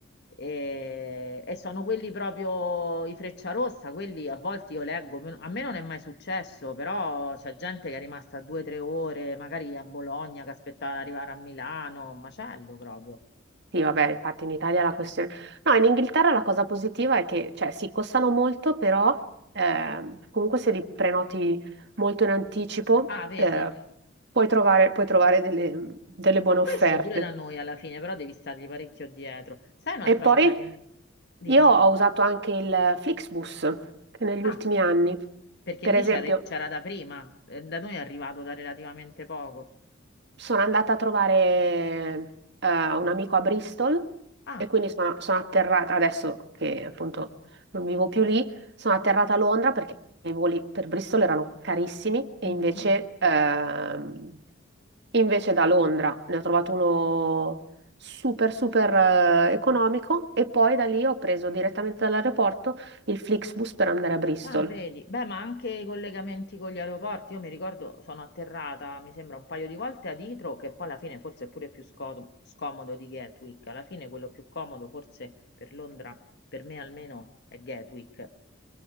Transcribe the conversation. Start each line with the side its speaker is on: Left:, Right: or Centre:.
Left: E, e sono quelli proprio i Frecciarossa, quelli a volte io leggo, meno- a me non è mai successo, però c'è gente che è rimasta due o tre ore, magari a Bologna, che aspettava di arrivare a Milano, un macello proprio.
Right: sì, vabbè, infatti in Italia la questione... No, in Inghilterra la cosa positiva è che, cioè, sì, costano molto, però ehm, comunque se li prenoti molto in anticipo
Left: Ah, vedi?
Right: eh, puoi trovare, puoi trovare delle, delle buone
Left: Ma
Right: offerte.
Left: questo pure da noi alla fine, però devi stargli parecchio dietro. Sai un'altra
Right: E poi
Left: cosa che mi... Dimmi,
Right: io
Left: dimmi.
Right: ho usato anche il Flixbus che negli
Left: Ah,
Right: ultimi anni.
Left: perché
Right: Per
Left: lì
Right: esempio,
Left: c'era c'era da prima, eh, da noi è arrivato da relativamente poco.
Right: sono andata a trovare eh, un amico a Bristol
Left: Ah,
Right: e quindi sono, sono atterrata, adesso che appunto non vivo più lì, sono atterrata a Londra perché i voli per Bristol erano carissimi e
Left: mhm.
Right: invece, ehm, invece da Londra ne ho trovato uno super super eh, economico e poi da lì ho preso direttamente dall'aeroporto il Flixbus per andare a Bristol.
Left: Ah, vedi, beh, ma anche i collegamenti con gli aeroporti, io mi ricordo, sono atterrata, mi sembra, un paio di volte ad Itro, che poi alla fine forse è pure più sco- scomodo di Gatwick, alla fine quello più comodo forse per Londra, per me almeno, è Gatwick.